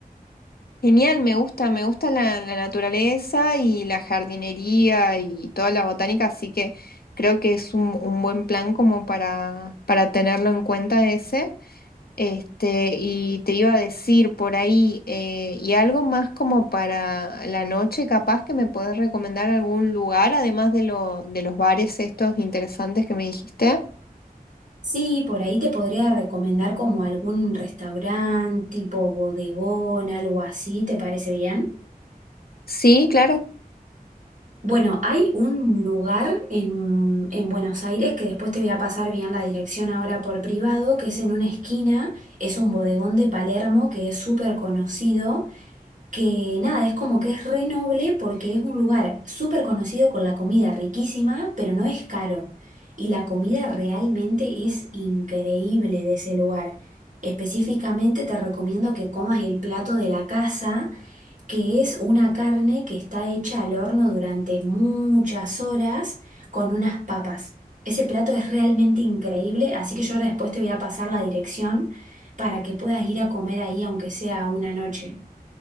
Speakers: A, on the left; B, on the right.
A: Genial, me gusta, me gusta la, la naturaleza y la jardinería y toda la botánica, así que creo que es un, un buen plan como para, para tenerlo en cuenta ese. Este, y te iba a decir por ahí, eh, y algo más como para la noche, capaz que me puedes recomendar algún lugar, además de lo, de los bares estos interesantes que me dijiste.
B: Sí, por ahí te podría recomendar como algún restaurante tipo bodegón, algo así, ¿te parece bien?
A: Sí, claro.
B: Bueno, hay un lugar en, en Buenos Aires que después te voy a pasar bien la dirección ahora por privado, que es en una esquina, es un bodegón de Palermo que es súper conocido, que nada, es como que es re noble porque es un lugar súper conocido con la comida riquísima, pero no es caro. Y la comida realmente es increíble de ese lugar. Específicamente te recomiendo que comas el plato de la casa que es una carne que está hecha al horno durante muchas horas con unas papas. Ese plato es realmente increíble, así que yo ahora después te voy a pasar la dirección para que puedas ir a comer ahí, aunque sea una noche.